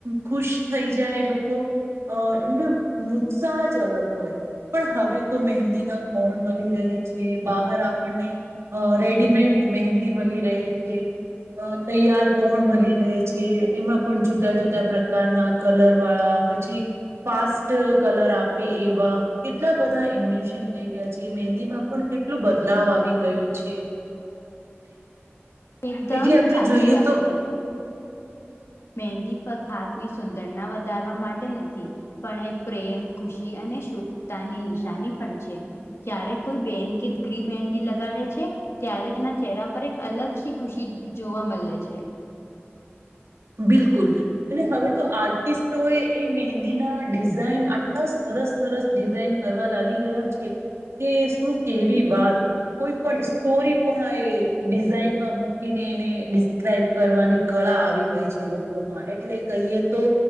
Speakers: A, on the right; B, on the left.
A: ખુશ થઈ જાય એ લોકો અ એમને ઉત્સાહ જ અલગ હોય. પણ હવે તો મહેંદીના કોણ મળી રહે છે બહાર આપણને. અ રેડીમેન્ટ મહેંદી મળી રહે છે. અ તૈયાર કોણ મલી રહે છે એમાં પણ જુદાં-જુદાં પ્રકારનાં કલરવાળા પછી ફાસ્ટ કલર આપે એવાં. કેટલા બધા ઈન્વેન્શન થઈ ગયાં છે મંહેદીમાં પણ કેટલો બદલાવ આવી ગયો છે.
B: એકદમ
A: એટલે આપણે
B: સાચી
A: જોઈએ
B: વાત
A: તો
B: થઈ મહેંદી ફક્ત હાથની સુંદરના વધારવા માટે નથી. પણ એ પ્રેમ, ખુશી અને શુભતાની નિશાની પણ છે. જયારે કોઈ બેન કે દીકરી મહેંદી લગાડે છે. ત્યારે તેના ચહેરા પર એક અલગથી ખુશી જોવા મળે છે.
A: બિલકુલ. અને હવે તો આર્ટિસ્ટોએ એ મહેંદીના ડિઝાઇન આટલાં સરસ સરસ ડિઝાઈન કરવા લાગી ગયા છે કે છે શું કેવી વાત! કોઈ પણ સ્ટોરી પણ એ ડિઝાઈનમાં મૂકીને એને ડિસ્ક્રાઈબ કરવાની કળા આવી ગઈ છે લોકોમાં એટલે કહીએ તો